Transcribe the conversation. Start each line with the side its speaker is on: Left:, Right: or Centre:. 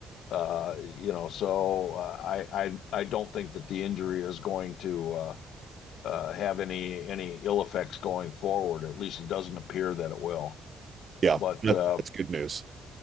Left: Uh, you know, so uh, I, I, I don't think that the injury is going to uh, uh, have any, any ill effects going forward. At least it doesn't appear that it will.
Right: Yeah,
Left: But
Right: that,
Left: uh,
Right: that's good news.